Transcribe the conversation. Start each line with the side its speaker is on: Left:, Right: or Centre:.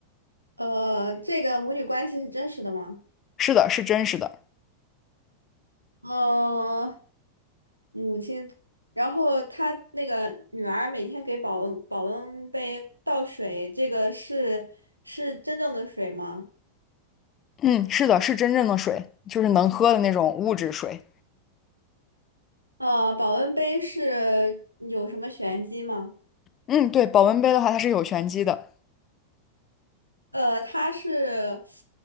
Right: 呃，这个母女关系是真实的吗？
Left: 是的，是真实的。
Right: 呃，母亲，然后她那个女儿每天给保温保温杯倒水，这个是是真正的水吗？
Left: 嗯，是的，是真正的水，就是能喝的那种物质水。
Right: 呃，保温杯是有什么玄机吗？
Left: 嗯，对，保温杯的话，它是有玄机的。
Right: 呃，它是，